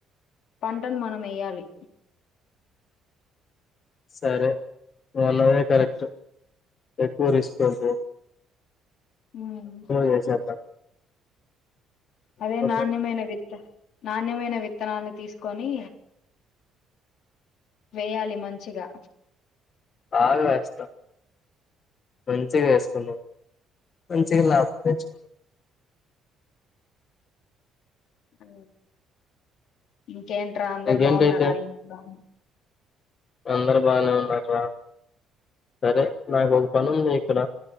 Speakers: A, on the left (about 60°); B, on the left (about 35°).
A: పంటను మనం ఏయ్యాలి
B: సరే నువ్వన్నవే కరెక్ట్ ఎక్కువ రిస్కొద్దు
A: ఉమ్
B: చేసేద్దాం
A: అదే
B: ఓకేనా.
A: నాణ్యమైన విత్త నాణ్యమైన విత్తనాలు తీసుకొని వెయ్యాలి మంచిగా
B: బాగా వస్తా మంచిగా వేసుకున్నాం మంచిగా లాభ <unintelligible>
A: ఆ ఇంకేంట్రా అందరూ
B: ఇంకేంటైతే
A: బావున్నారా ఇంట్లో
B: అందరూ బానే ఉన్నారు రా సరే నాకు ఒక పని ఉంది ఇక్కడ